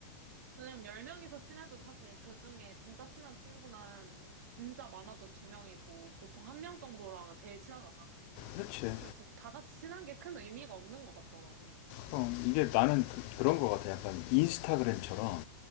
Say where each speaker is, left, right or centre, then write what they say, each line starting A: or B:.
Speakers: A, on the right; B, on the left.
A: 왜냐면 10명이서 친해도 사실 그 중에 진짜 친한 친구는 진짜 많아도 두명이고 보통 한 명 정도랑 제일 친하잖아.
B: 그렇지.
A: 그래서 다 같이 친한 게 큰 의미가 없는 것 같더라고.
B: 그럼 이게 나는 그, 런것 같아. 약간 인스타그램처럼